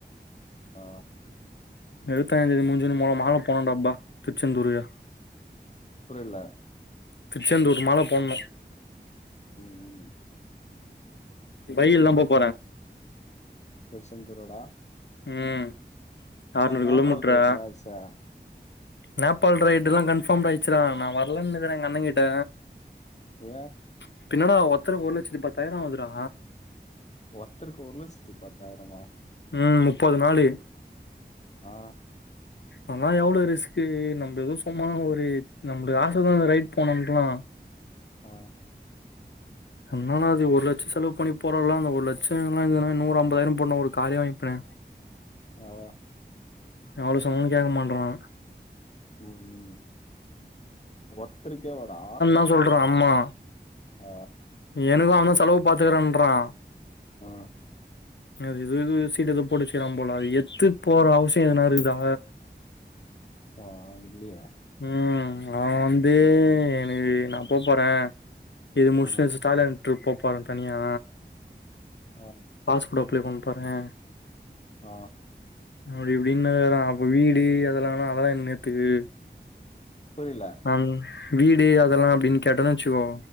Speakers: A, on the left; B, on the left.
A: ஆ,
B: எழுவத்தஞ்சாந்தேதி முஞ்சோண மொல்ல மால போனோ டாப்பா திருச்செந்தூருகு
A: புரில
B: திருச்செந்தூர் மால போண்ணு
A: ம் ம்
B: பைய்யில் தா போபோற
A: திருசங்கு ரோடா
B: ம் ஆற்நூர்
A: நேபாள்
B: கிலோமீட்ரா
A: ரைட்ல ஆச்சா
B: நேபாள் ரைடுல்லா கன்ஃபார்ட் ஆயிடுச்சுரா நா வரலனு இருக்கிறே எங்க அண்ணங்கிட்ட
A: ஏ
B: இப்ப என்னடா ஒருத்தர்க்கு ஒரு லட்சத்தி பத்தாயிரோ ஆவுதுடா
A: ஒர்த்தருக்கு ஒரு லட்சத்தி பத்தாயிரமா
B: ம் முப்பது நாலு
A: ஆ
B: ஆனா எவ்ளோ ரிஸ்க்கு நம்ம எதோ சும்மா ஒரு நம்பளுக்கு ஆச பட்றவுங்க ரைட் போனோன்லா
A: ஆ
B: என்னான்னா அது ஒரு லட்ச செலவு பண்ணி போறோல்லா அந்த ஒரு லட்சோ எல்லா இருந்ததுன்னா நூறு ஐம்பதாயிரம் போட்னு ஒரு காரே வாங்கிப்பனே
A: ஆ ஆ
B: எவ்ளோ சொன்னாலு கேக்க மாட்றா இவே
A: ம் ஒர்த்தருக்கேவாடா
B: ஆ சொல்ற அம்மா
A: ஆ
B: எனக்கு அவந்தா செலவு பாத்துக்குறன்றா
A: ஆ
B: அது இது சீட்டு எதுவு போட்டு வச்சுக்குரா போல அது எத்து போற அவசியோ எதுனா இருக்குதா
A: வா இல்லயே
B: ம் அவ வந்து எனக்கு நா போ போறே இது முடுச்ட்டு
A: ஆ
B: தாய்லாந்து ட்ரிப் போப் போறே தனியா
A: ஆ
B: பாஸ்போட் அப்ளே பண்ணப் போறே
A: ஆ
B: அப்டி இப்டின்னுகிறா அப்போ வீடு அதுலானா அதலா இன்னேத்துக்கு
A: புரியில
B: அம் வீடு அதெல்லா அப்டின் கேட்டோன வெச்சுகோ